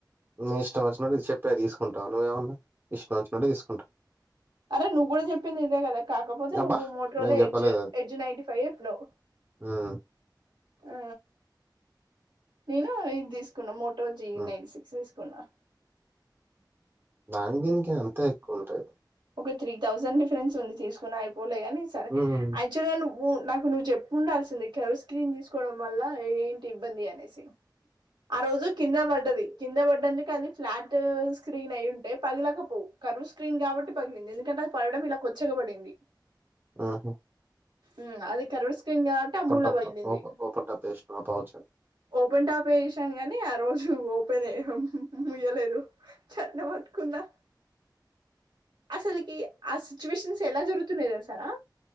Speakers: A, on the right (about 30°); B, on the right (about 75°).
A: నీ ఇష్టం వచ్చినట్టు చెప్పేది తీసుకుంటావు నువ్వేమన్నా ఇష్టం వచ్చినట్టు తీసుకుంటావు.
B: అరే నువ్వు కూడా చెప్పింది ఇదే కదా కాకపోతే
A: అబ్బా
B: నువ్వు మోట్రో
A: నేను
B: లో
A: చెప్పలేదు
B: ఎడ్జ్
A: అది
B: ఎడ్జ్ నైన్టి ఫైవ్ చెప్పినవ్.
A: ఉమ్
B: ఆ నేను ఇది తీసుకున్నా ము ఈ రొజీ
A: ఉమ్
B: నైన్ సిక్స్ తీసుకున్నా
A: బాంగ్ బిన్కి అంతే కొంటాయ్
B: ఒకత్రి తౌజెండ్ డిఫరెన్స్ ఉంది తీసుకున్నా ఉంలేగాని సరే
A: హ్మ్.
B: అచవల్ గ నవ్ నాకు నువ్వు చెప్పుండాల్సింది కెమిస్ట్రి తీసుకోవడం వల్ల ఏంటి ఇబ్బంది అనేసి ఆ రోజు కింద పడ్డది కింద పడ్డది కానిఫ్లాట్ స్క్రీన్ అయి ఉంటే పగలకపోవు కరువు స్క్రీన్ కాబట్టి. పగిలింది ఎందుకంటే అది పడడం ఇలా కొద చ్చగబడింది.
A: ఆహా
B: ఉమ్అది కరోస్ క్లిన కవటి ఆమూల
A: టాప్
B: బగిలింది
A: ఓప్ ఓపెన్ టాప్ ఏసినవా పౌచ్?
B: ఓపెన్ టాపే స్ కాని ఆ రోజు ఓపెన్ అయ ముయ్యలేదు చట్న పట్టుకున్నా అసలకి ఆ సిచ్యువేషన్స్ ఎలా జరుగుతున్నాది అసారా